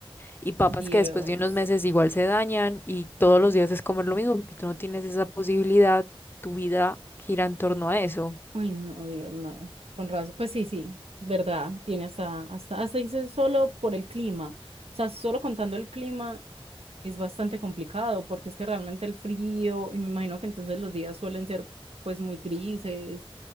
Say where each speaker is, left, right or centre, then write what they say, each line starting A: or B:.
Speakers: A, on the left; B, on the right.
A: y papas
B: Dios.
A: que después de unos meses igual se dañan y todos los días es comer lo mismo porque tú no tienes esa posibilidad, tu vida gira en torno a eso.
B: Uy, no, Dios, no. Con razón. Pues sí, sí, verdad. Tiene hasta, hasta, hasta dice solo por el clima. O sea, solo contando el clima es bastante complicado porque es que realmente el frío, y me imagino que entonces los días suelen ser pues muy grises,